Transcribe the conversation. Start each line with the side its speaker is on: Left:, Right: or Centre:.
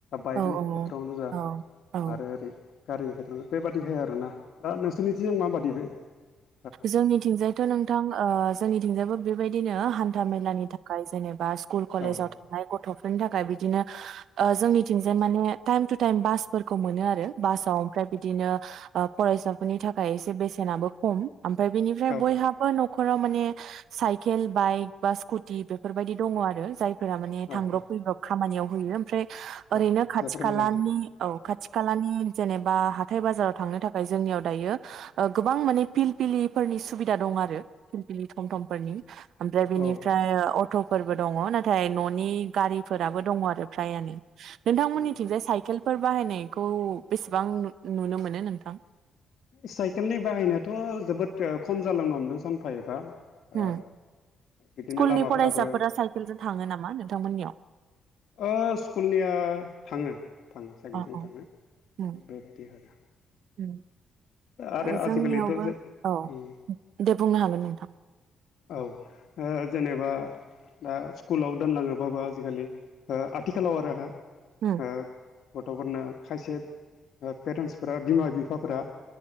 Left: बाइकनि
Right: औ
Left: खेथ्रआवनो जा
Right: औ औ
Left: आरो ओरै गारिनि खेथ्रआव बेबादि हाय आरो ना। दा नोंसोरनिथिं मााबादि? बै <inaudible>
Right: जोंनिथिंजाय थ' नोंथां ओ जोंनिथिंजायबो बेबायदिनो हान्था मेलानि थाखाय जेने बास स्कुल
Left: औ
Right: कलेजाव थांनाय गथ' फोरनि थाखाय बिदिनो ओ जोंनिथिंजाय माने टाइम टु टाइम बासफोरखौ मोनो आरो बासाव ओमफ्राय बिदिनो फरायसाफोरनि थाखाय एसे बेसेनाबो खम ओमफ्राय बेनिफ्राय
Left: औ
Right: बयहाबो न'खराव माने साइकेल बाइक बा स्कुटि बेफोरबायदि दङ आरो जाय फोरा माने
Left: औ
Right: थांब्रब
Left: औ
Right: फैब्रब खामानियाव होयो ओमफ्राय ओरैनो
Left: औ
Right: खाथि
Left: जोबोर
Right: खालानि
Left: मोजां
Right: औ खाथि खालानि जेनेबा बा हा थाय बाजाराव थांनो थाखाय जोंनियाव दायो गोबां माने पिल पिलिफोरनि सुबिदा दं आरो पिल पिलि तम तमफोरनि ओमफ्राय बिनिफ्राय
Left: औ
Right: अटफोरबो दङ नाथाय न'नि गारिफोराबो दङ आरो फ्रायानो नोंथांमोन
Left: उम
Right: निथिंजाय साइकेल फोर बाहायनायखौ बेसेबां नुनो मोनो नोंथां?
Left: साइकेलनि बाहायनायाथ' जोबोद खम जालांनो हमदों सानफा एफा।
Right: उम
Left: ओ बिदिनो
Right: स्कुलनि
Left: लामाफोराबो
Right: फरायसाफोरा साइकेलजों थाङो नामा नोंथांमोननियाव?
Left: ओ स्कुलनिया थाङो। थाङो साइकेलजों
Right: अ अ
Left: थाङो
Right: उम
Left: बेबायदि आरो।
Right: उम
Left: आरो
Right: जोंनियावबो
Left: आजिखालिथ' जों
Right: औ
Left: उम
Right: दे बुंनो हागोन नोंथां।
Left: औ ओ जेनेबा दा स्कुलाव दोनलाङोबाबो आजिखालि ओ आथिखालाव आरो हा
Right: उम
Left: ओ गथ'फोरनो खायसे पेरेन्टसफोरा बिमा बिफाफोरा